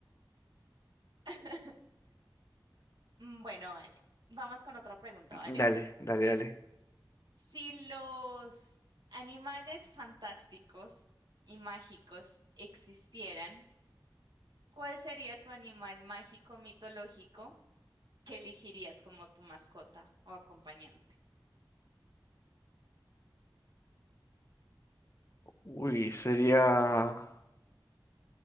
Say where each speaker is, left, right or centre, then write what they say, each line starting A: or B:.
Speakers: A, on the right; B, on the left.
A: <laughs> Bueno, vale. Vamos con otra pregunta,
B: dale,
A: ¿vale?
B: dale, dale.
A: Si los animales fantásticos y mágicos existieran, ¿cuál sería tu animal mágico mitológico que elegirías como tu mascota o acompañante?
B: Uy, sería